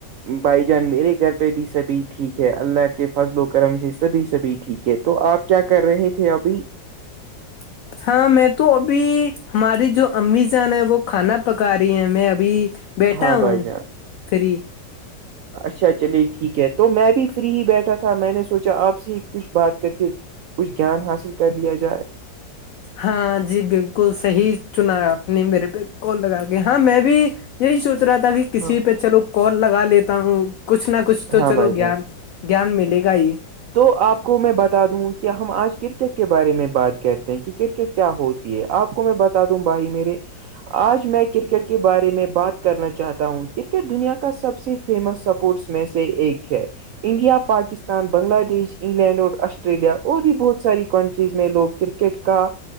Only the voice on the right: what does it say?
بھائی جان میرے گھر پہ بھی سبھی ٹھیک ہے اللہ کے فضل و کرم سے سبھی سبھی ٹھیک ہے تو آپ کیا کر رہے تھے ابھی
ہاں
بھائی جان
اچھا چلیے ٹھیک ہے تو میں بھی فری ہی بیٹھا تھا میں نے سوچا آپ سے کچھ بات کر کے کچھ گیان حاصل کر لیا جائے
ہاں
ہاں
بھائی جان
تو آپ کو میں بتا دوں کیا ہم آج کرکٹ کے بارے میں بات کرتے ہیں کہ کرکٹ کیا ہوتی ہے آپ کو میں بتا دوں بھائی میرے آج میں کرکٹ کے بارے میں بات کرنا چاہتا ہوں کرکٹ دنیا کا سب سے فیمس سپورٹس میں سے ایک ہے انڈیا پاکستان بھی بنگلہ دیش انگلینڈ اور آسٹریلیا اور بھی بہت ساری کنٹریز میں لوگ کرکٹ کا